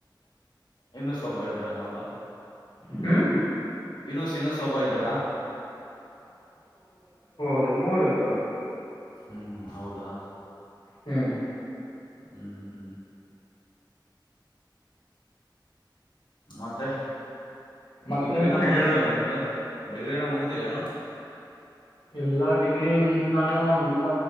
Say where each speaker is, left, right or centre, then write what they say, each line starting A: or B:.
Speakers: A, on the left; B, on the left.
A: ಇನ್ನು ಸ್ೋಭಾವ ಇದ್ದರ ನಾವದಾ
B: ಹ್ಮ್
A: ಇನ್ನು ಸಿನ ಸೊಭಾ ಇದ್ದಾನ
B: ಅೆ ಮೂರು ಇದ್ರೋಡ
A: ಹ್ಮ್ ಹೌದಾ
B: ಹ್ಮ್
A: ಹ್ಮ್ ಹ್ಮ್ ಮತ್ತೆ
B: ಮತ್ತೇನಿಲ್ಲ
A: ಡಿಗ್ರಿನ
B: ನೀನು
A: ಮುಗ್ದಿಲ್ಲ
B: ಹೇಳ್ಬೇಕು
A: ನಿ ಡಿಗ್ರಿನ ಮುಗ್ದಿಲ್ಲ ಏನೋ
B: ಎಲ್ಲಾ ಡಿಗ್ರಿ್ ನಾನು ಮುಂದ